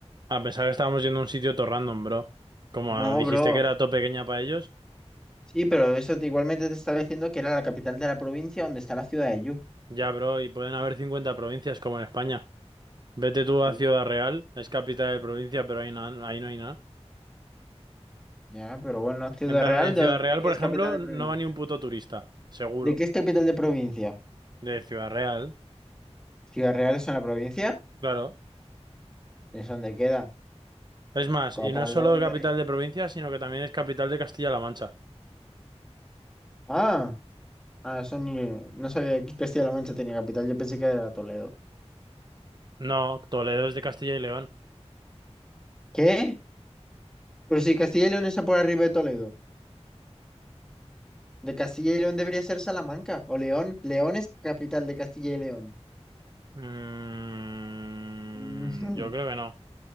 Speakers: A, on the right (about 40°); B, in the centre.
A: A pesar que estábamos yendo a un sitio todo random, bro. Como
B: No,
A: dijiste
B: bro.
A: que era todo pequeña para ellos,
B: Sí, pero eso te- igualmente te estaba diciendo que era la capital de la provincia donde está la ciudad de Yu.
A: ya, bro, y pueden haber 50 provincias como en España. Vete tú
B: Sí,
A: a Ciudad Real, es capital de provincia, pero ahí, na- ahí no hay nada.
B: ya, pero bueno, Ciudad
A: En plan,
B: Real,
A: en
B: ¿de,
A: Ciudad
B: dónde-
A: Real,
B: de qué
A: por
B: es
A: ejemplo,
B: capital de
A: no
B: provincia?
A: va ni un puto turista, seguro,
B: ¿De qué es capital de provincia?
A: de Ciudad Real,
B: ¿Ciudad Real es una provincia?
A: claro.
B: ¿Es donde queda?
A: Es más,
B: Como
A: y
B: para
A: no es
B: el
A: solo
B: lado de Madrid.
A: capital de provincia, sino que también es capital de Castilla-La Mancha.
B: Ah. Ah, eso ni... No sabía que Castilla-La Mancha tenía capital, yo pensé que era Toledo.
A: No, Toledo es de Castilla y León.
B: ¿Qué? Pero si Castilla y León está por arriba de Toledo. De Castilla y León debería ser Salamanca o León. León es capital de Castilla y León.
A: Mm,
B: Ujú.
A: yo creo que no.